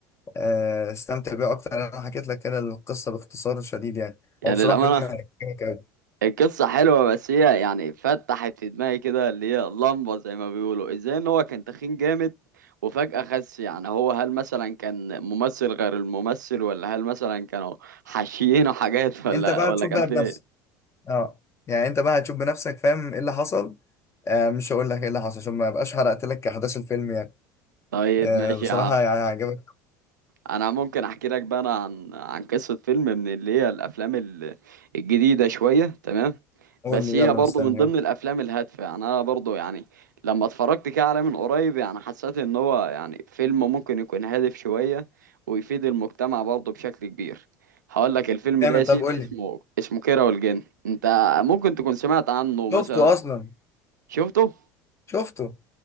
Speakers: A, on the left; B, on the right.
A: آه استمتع بيها اكتر انا حكيت لك كده القصه باختصار شديد يعني
B: يعني
A: هو بصراحه
B: للامانه
A: فيلم هيعجبك أوي.
B: القصة حلوة بس هي يعني فتحت في دماغي كده اللي هي لمبة زي ما بيقولوا ازاي ان هو كان تخين جامد وفجأة خس يعني هو هل مثلا كان ممثل غير الممثل ولا هل مثلا كانوا حاشيينه حاجات <laughs> ولا
A: انت بقى
B: ولا
A: تشوف
B: كان
A: بقى
B: في
A: بنفسك
B: ايه
A: اه يعني انت بقى هتشوف بنفسك فاهم ايه اللي حصل آه مش هقول لك ايه اللي حصل عشان ما ابقاش حرقت لك احداث الفيلم يعني
B: طيب
A: آه
B: ماشي
A: بصراحه
B: يا عم
A: يعني هيعجبك
B: انا ممكن احكي لك بقى انا عن عن قصة فيلم من اللي هي الافلام ال- الجديدة شوية تمام
A: قول
B: بس
A: لي
B: هي
A: يلا
B: برضه
A: مستني
B: من ضمن
A: اهو
B: الافلام الهادفه يعني انا برضه يعني لما اتفرجت كده عليه من قريب يعني حسيت ان هو يعني فيلم ممكن يكون هادف شويه ويفيد المجتمع برضه بشكل كبير هقول لك الفيلم
A: جامد
B: ده يا
A: طب
B: سيدي
A: قول
B: اسمه
A: لي
B: اسمه كيرة والجن انت ممكن تكون سمعت عنه
A: شفته
B: مثلا
A: اصلا
B: شفته
A: شفته